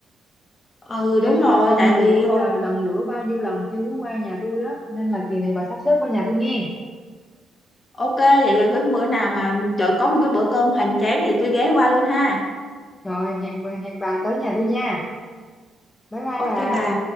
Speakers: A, on the left (about 35°); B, on the left (about 20°).
A: ừ
B: Giới
A: đúng rồi
B: giao thông
A: tại
B: mà
A: vì
B: bữa
A: hồi
B: giờ lần lữa bao nhiêu lần chưa có qua nhà tôi đó nên là kỳ này bà sắp xếp qua nhà tôi nghe
A: Ok, vậy là cái bữa nào mà chợ có một cái bữa cơm hoành tráng thì tôi ghé qua luôn ha.
B: rồi hẹn bà- hẹn bà tới nhà tôi nha bye bye
A: Ok
B: bà
A: bà.